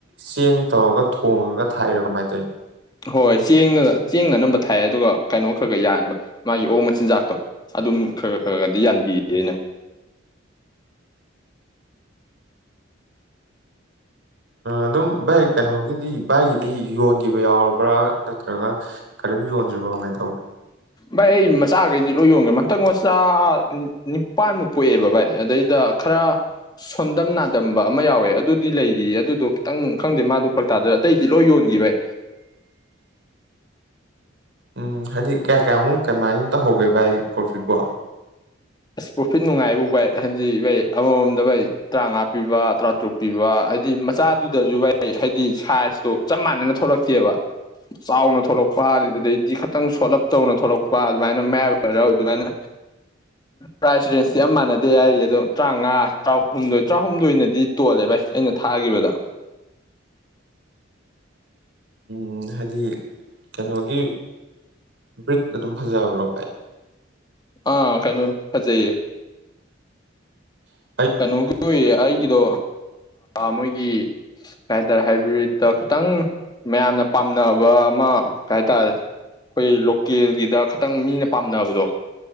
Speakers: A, on the right; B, on the left.
A: ꯆꯦꯡ ꯇꯧꯔꯒ ꯊꯣꯡꯉꯒ ꯊꯥꯏꯔꯣ ꯀꯃꯥꯏꯅ ꯇꯧꯅꯤ
B: ꯍꯣꯏ ꯆꯦꯡ ꯆꯦꯡꯅ ꯑꯅꯝꯕ ꯊꯥꯏ ꯑꯗꯨꯒ ꯀꯩꯅꯣ ꯈꯔ ꯈꯔ ꯌꯥꯟꯕ ꯃꯥꯒꯤ ꯑꯣ ꯃꯆꯤꯟꯖꯥꯛꯇꯣ ꯑꯗꯨꯝ ꯈꯔ ꯈꯔ ꯈꯗꯤ ꯌꯥꯟꯕꯤꯌꯦ ꯑꯩꯅ
A: ꯑꯗꯨꯝ ꯚꯥꯏ ꯀꯩꯅꯣꯒꯤꯗꯤ ꯚꯥꯏꯒꯤꯗꯤ ꯌꯣꯟꯈꯤꯕ ꯌꯥꯎꯔꯕ꯭ꯔꯥ ꯅꯠꯇ꯭ꯔꯒ ꯀꯔꯤꯝ ꯌꯣꯟꯗ꯭ꯔꯤꯕꯣ ꯀꯃꯥꯏꯅ ꯇꯧꯒꯦ
B: ꯚꯥꯏ ꯑꯩ ꯃꯆꯥꯈꯩꯗꯤ ꯂꯣꯏ ꯌꯣꯟꯈ꯭ꯔꯦ ꯃꯟꯇꯪ ꯃꯆꯥ ꯅꯤꯄꯥꯟꯃꯨꯛ ꯄꯣꯛꯑꯦꯕ ꯚꯥꯏ ꯑꯗꯩꯗ ꯈꯔ ꯁꯣꯟꯗꯝ ꯅꯥꯗꯝꯕ ꯑꯃ ꯌꯥꯎꯋꯦ ꯑꯗꯨꯗꯤ ꯂꯩꯔꯤꯌꯦ ꯑꯗꯨꯗꯣ ꯈꯤꯇꯪ ꯈꯪꯗꯦ ꯃꯥꯗꯣ ꯐꯛ ꯇꯥꯗ ꯑꯇꯩꯗꯤ ꯂꯣꯏ ꯌꯣꯟꯈꯤ ꯚꯥꯏ
A: ꯎꯝ ꯍꯥꯏꯗꯤ ꯀꯌꯥ ꯀꯌꯥꯃꯨꯛ ꯀꯃꯥꯏꯅ ꯇꯧꯍꯧꯒꯦ ꯚ ꯑꯩ ꯄ꯭ꯔꯣꯐꯤꯠꯕꯣ
B: ꯑꯁ ꯄ꯭ꯔꯣꯐꯤꯠ ꯅꯨꯡꯥꯏꯐꯥꯎ ꯚ ꯍꯥꯏꯗꯤ ꯚꯩ ꯑꯃꯃꯝꯗ ꯚꯩ ꯇꯔꯥꯃꯉꯥ ꯄꯤꯕ ꯇꯔꯥꯇꯔꯨꯛ ꯄꯤꯕ ꯍꯥꯏꯗꯤ ꯃꯆꯥꯗꯨꯗꯁꯨ ꯥꯏ ꯍꯥꯏꯗꯤ ꯁꯥꯏꯖꯇꯣ ꯆꯞ ꯃꯥꯟꯅꯅ ꯊꯣꯛꯂꯛꯇꯦꯕ ꯆꯥꯎꯅ ꯊꯣꯛꯂꯛꯄ ꯑꯗꯨꯗꯩꯗꯤ ꯈꯤꯇꯪ ꯁꯣꯜꯂꯞ ꯇꯧꯅ ꯊꯣꯛꯂꯛꯄ ꯑꯗꯨꯃꯥꯏꯅ ꯃꯌꯥꯏ ꯑꯣꯏꯔ ꯑꯗꯨꯃꯥꯏꯅ ꯄ꯭ꯔꯥꯏꯖ ꯔꯦꯟꯖꯇꯤ ꯌꯥꯝ ꯃꯥꯟꯅꯗꯦ ꯍꯥꯏꯔꯤ ꯑꯗꯣ ꯇꯔꯥꯃꯉꯥ ꯇꯔꯥꯍꯨꯝꯗꯣꯏ ꯇꯔꯥꯍꯨꯝꯗꯣꯏꯅꯗꯤ ꯇꯣꯜꯂꯦ ꯚꯥꯏ ꯑꯩꯅ ꯊꯥꯈꯤꯕꯗ
A: ꯎ ꯍꯥꯏꯗꯤ ꯀꯩꯅꯣꯒꯤ ꯕ꯭ꯔꯤꯠ ꯑꯗꯨꯝ ꯐꯖꯕ꯭ꯔꯣ ꯚꯥꯏ
B: ꯑꯥ ꯀꯩꯅ ꯐꯖꯩꯌꯦ
A: ꯎ
B: ꯀꯩꯅꯣꯒꯤ ꯑꯣꯏꯌꯦ ꯑꯩꯒꯤꯗꯣ ꯃꯣꯏ ꯒꯤ ꯀꯩ ꯍꯥꯏꯇꯥꯔꯦ ꯍꯥꯏꯕ꯭ꯔꯤꯠꯇ ꯈꯤꯇꯪ ꯃꯌꯥꯝꯅ ꯄꯥꯝꯅꯕ ꯑꯃ ꯀꯩ ꯍꯥꯏꯇꯥꯔꯦ ꯑꯩꯈꯣꯏ ꯂꯣꯀꯦꯜꯒꯤꯗ ꯈꯤꯇꯪ ꯃꯤꯅ ꯄꯥꯝꯅꯕꯗꯣ